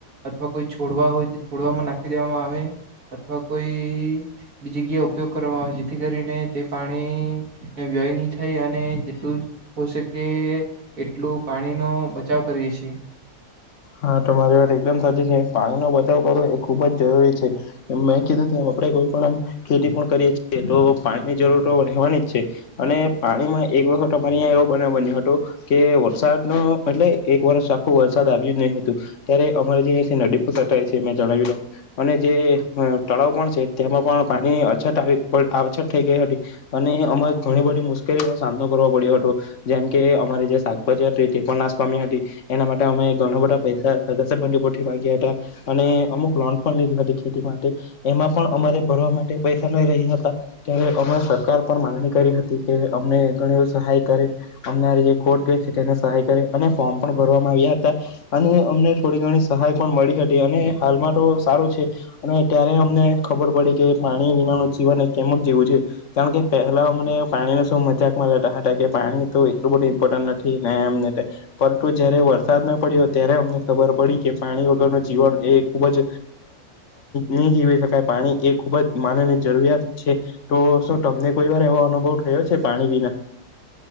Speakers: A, on the right; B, on the left.
A: અથવા કોઈ છોડવા હોય છોડવામાં નાખી દેવામાં આવે. અથવા કોઈ બી જગ્યા ઉપયોગ કરવામાં આવે જેથી કરીને તે પાણીનો વ્યય નહી થાય અને જેટલું હો શકે એટલું પાણીનો બચાવ કરીએ છે.
B: હા તમારી વાત એકદમ સાચી છે પાણીનો બચાવ કરવો એ ખુબ જ જરૂરી છે, મેં કીધું ત આપણે કોઈ પણ ખેતી પણ કરીએ છીએ તો પાણીની જરૂર તો રહેવાની જ છે, અને પાણીમાં એક વખત અમારે અંયા એવો બ બન્યું હતો, કે વરસાદ ન એટલે એક વર્ષ આખો વરસાદ આવે. ત્યારે અમારે જે નદી પર સટાય છે મે જણાવી, રહ અને જે તળાવ પણ છે તે્યામાં પણ પાણી અછત આવી અછત થઈ ગઈ હતી, અને અમારે ઘણી બધી મુશ્કેલીનો સામનો કરવો પડ્યો હતો, જેમકે અમારે જે શાકભાજી હતી તે પણ નાશ પામી હતી, એના માટે અમે ઘણા બધા પૈસા સગા સંબંધીઓથી માંગ્યા હતા, અને અમુક લોન પણ લીધી હતી, ખેતી માટે એમાં પણ અમારે ભરવા માટે પૈસા નહી રહ્યા હતા, ત્યારે અમે સરકાર પણ માંગણી કરી હતી કે, અમને ઘણી સહાય કરે અમ જે કોર્ટ <inaudible> તેને સહાય કરે અને ફોર્મ પણ ભરવામાં આવ્યા હતા. અને અમને થોડી ઘણી સહાય પણ મળી હતી, અને હાલમાં તો સારું છે. અને ત્યારે અમને ખબર પડી કે, પાણી વિનાનું જીવન એ કેમ જ જીવું છે. કારણ કે પહેલા અમને પાણીને શું મજાકમાં લેતા હતા કે, પાણી તો એટલું બધું ઇમ્પોર્ટન્ટ નથી ને એમ તેમ પરંતુ જયારે વરસા વરસાદ ન પડ્યો ત્યારે અમને ખબર પડી કે, પાણી વગરનું જીવન એ ખૂબ જ નહી જીવી શકાય. પાણી એ ખૂબ જ માનવની જરૂરિયાત છે. તો શું તમને કોઈ વાર એવો અનુભવ થયો છે. પાણી વિના?